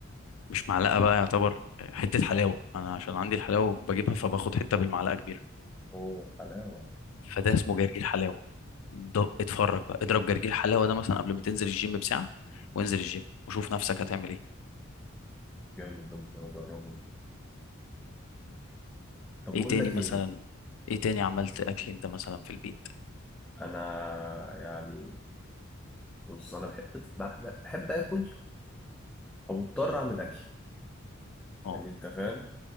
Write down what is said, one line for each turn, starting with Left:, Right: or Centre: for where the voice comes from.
Left: مش معلقه بقى يعتبر آه، حته حلاوه انا عشان عندي الحلاوه بجيبها فباخد حته بالمعلقه كبيره
Centre: اوه حلاوه
Left: فده اسمه جرجير حلاوه ده اتفرج بقى اضرب جرجير حلاوه ده مثلا قبل ما تنزل الجيم بساعه وانزل الجيم وشوف نفسك هتعمل ايه
Centre: جامد ده ممكن اجربه طب
Left: ايه
Centre: بقول
Left: تاني
Centre: لك
Left: مثلا
Centre: ايه
Left: ايه تاني عملت اكل انت مثلا في البيت
Centre: انا يعني بص انا بحب بحب, بحب اكل او اضطر اعمل اكل
Left: اه
Centre: يعني انت فاهم